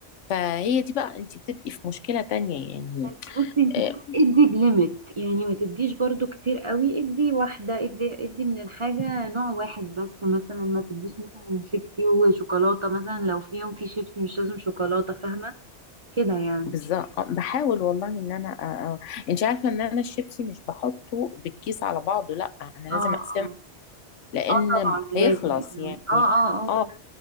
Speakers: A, on the left (about 85°); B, on the right (about 35°).
A: فهي دي بقى انت بتبقي في مشكلة تانية يعني
B: انت بصي انت
A: آه،
B: ادي بليمت يعني ما تديش برضو كتير قوي ادي واحدة ادي ادي من الحاجة نوع واحد بس مثلا ما تديش مثلا شيبسي وشوكولاتة مثلا لو في يوم في شيبسي مش لازم شوكولاتة فاهمة كده يعني
A: بالظبط آه، بحاول والله ان انا آه، آه. انت عارفه ان انا الشيبسي مش بحطه بالكيس على بعضه لا انا لازم
B: اه
A: اقسمه
B: اه
A: لان
B: اه طبعا لازم
A: هيخلص
B: اه
A: يعني
B: اه اه اه
A: اه
B: طبعا